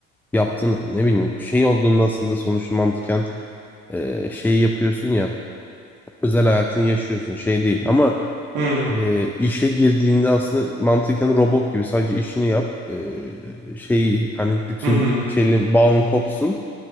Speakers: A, in the centre; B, on the right (about 55°).
A: yaptığın ne bileyim bir şey olduğunda aslında sonuçta mantıken e, şey yapıyorsun ya özel hayatını yaşıyorsun şey değil ama
B: Hı
A: E, işe girdiğinde aslında mantıken robot gibi sadece işini yap. E, şey hani bütün
B: hı. hı.
A: şeyle bağın kopsun.